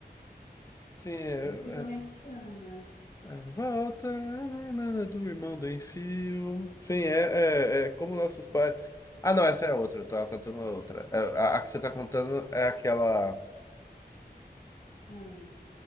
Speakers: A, on the left (about 20°); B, on the left (about 65°).
A: sim, é,
B: não sei como
A: é,
B: é que chama.
A: é, volta nanana, do irmão do Enfio. Sim, é, é, é como nossos pais. Ah, não, essa é outra. Eu tava cantando outra. É, A, a que você tá contando é aquela.
B: Ah,